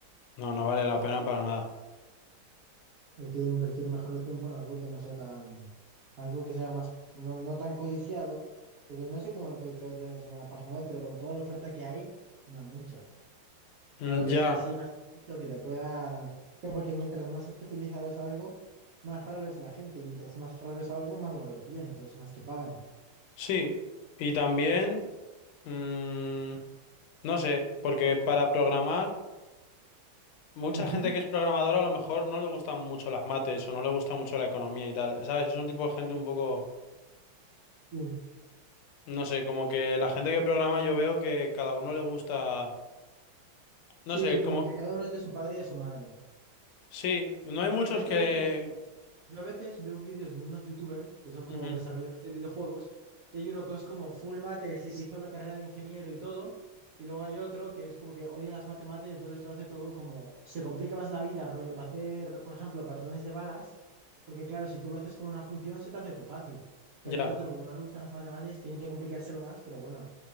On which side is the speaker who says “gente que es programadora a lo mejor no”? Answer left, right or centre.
Left